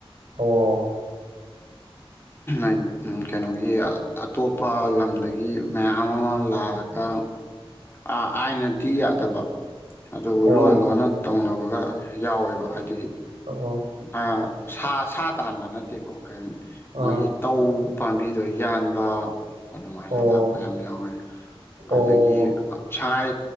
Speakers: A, on the right (about 85°); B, on the left (about 25°).
A: ꯑꯣ
B: ꯑꯝ ꯀꯩꯅꯣꯒꯤ ꯑꯇꯣꯞꯄ ꯂꯝꯗꯒꯤ ꯃꯌꯥꯝ ꯑꯃ ꯂꯥꯛꯑꯒ ꯑꯥ ꯑꯥꯏꯅꯗꯤ ꯌꯥꯗꯕ ꯑꯗꯨꯕꯨ
A: ꯑꯣ
B: ꯂꯣꯟ ꯂꯣꯟꯅ ꯇꯧꯅꯕ ꯈ ꯌꯥꯎꯔꯦꯕ ꯍꯥꯏꯗꯤ
A: ꯑꯣ
B: ꯑ ꯁꯥ ꯁꯥ ꯇꯥꯟꯅꯅꯠ ꯇꯦꯀꯣ ꯀꯩ
A: ꯑꯥ
B: ꯃꯣꯏꯒꯤ ꯇꯧ ꯄꯥꯝꯕꯤꯗꯣ ꯌꯥꯟꯕ ꯑꯗꯨꯃꯥꯏꯅ
A: ꯑꯣ
B: ꯂꯥꯛꯄ ꯌꯥꯝ ꯌꯥꯎꯋꯦ
A: ꯑꯣ
B: ꯑꯗꯒꯤ ꯁꯥꯏ